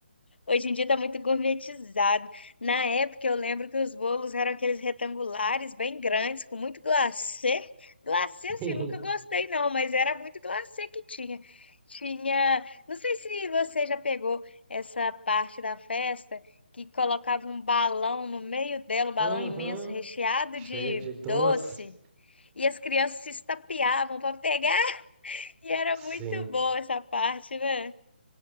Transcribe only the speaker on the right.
Sim.
Uhum.
Cheio
de doce.
Sim.